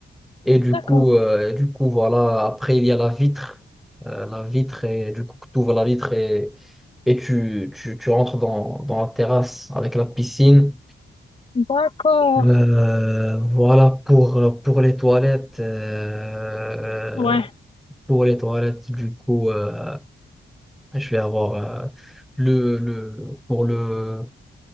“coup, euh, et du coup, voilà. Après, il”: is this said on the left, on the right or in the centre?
Centre